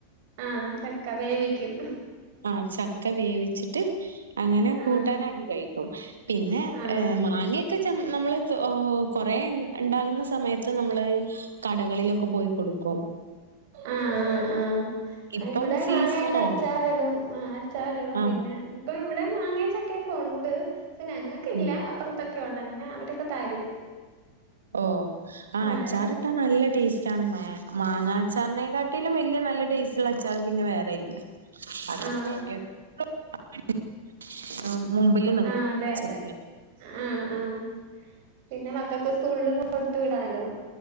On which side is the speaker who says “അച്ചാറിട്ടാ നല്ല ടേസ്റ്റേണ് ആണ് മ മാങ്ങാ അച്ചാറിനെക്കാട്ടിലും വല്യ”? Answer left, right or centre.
Right